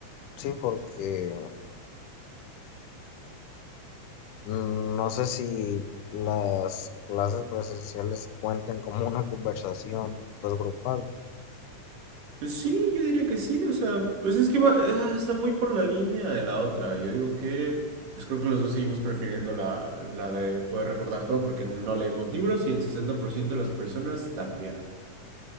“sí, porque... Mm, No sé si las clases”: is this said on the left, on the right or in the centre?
Left